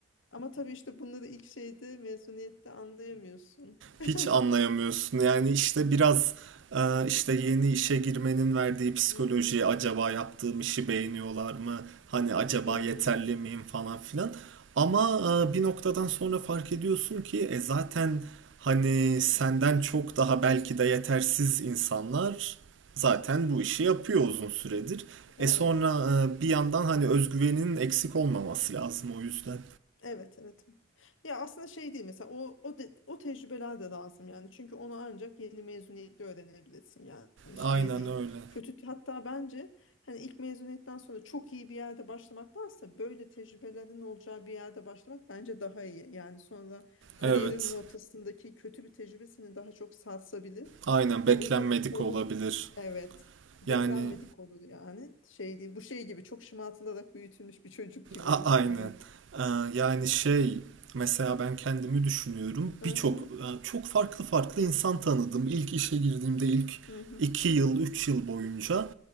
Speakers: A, on the left; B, on the right.
A: Ama tabii işte bunları ilk şeyde mezuniyette anlayamıyorsun. <laughs>
B: Hiç anlayamıyorsun. Yani işte biraz e, işte yeni işe girmenin verdiği psikoloji
A: Mhm,
B: acaba yaptığım işi beğeniyorlar mı? Hani acaba
A: mhm,
B: yeterli miyim falan filan. Ama e, bir noktadan sonra fark ediyorsun ki e, zaten hani senden
A: mhm.
B: çok daha belki de yetersiz insanlar zaten bu işi yapıyor uzun süredir.
A: Evet.
B: E sonra e, bir yandan hani özgüvenin eksik olmaması lazım o yüzden.
A: Evet, evet. evet. Ya aslında şey değil mesela o o de- o tecrübeler de lazım yani. Çünkü onu ancak yeni mezuniyetle öğrenebilirsin yani Hani
B: Aynen
A: şey değil.
B: öyle.
A: Kötü hatta bence hani ilk mezuniyetten sonra çok iyi bir yerde başlamaktansa böyle tecrübelerin olacağı bir yerde başlamak bence daha iyi. Yani sonra kariyerinin
B: Evet.
A: ortasındaki kötü bir tecrübe seni daha çok sarsabilir.
B: Aynen beklenmedik
A: O yüzden olun
B: olabilir.
A: evet. Beklenmedik
B: Yani
A: olur yani. Şey değil. Bu şey gibi çok şımartılarak büyütülmüş bir çocuk gibi
B: a- aynen.
A: hani.
B: Ee, yani şey mesela ben kendimi düşünüyorum.
A: Aha.
B: Birçok e, çok farklı farklı insan tanıdım. İlk işe girdiğimde ilk
A: Hı hı,
B: 2 yıl 3 yıl boyunca